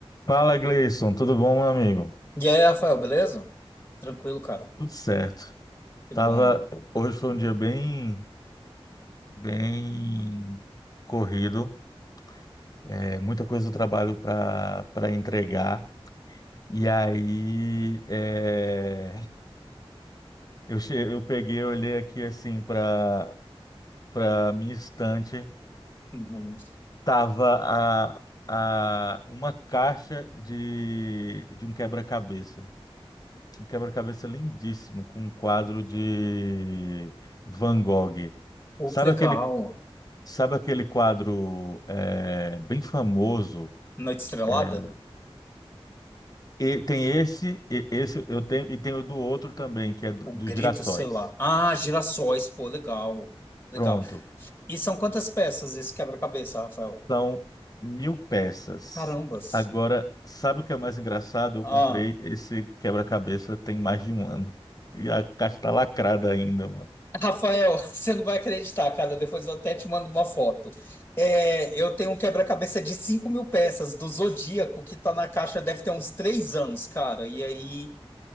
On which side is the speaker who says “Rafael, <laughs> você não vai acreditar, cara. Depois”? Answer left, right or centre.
Left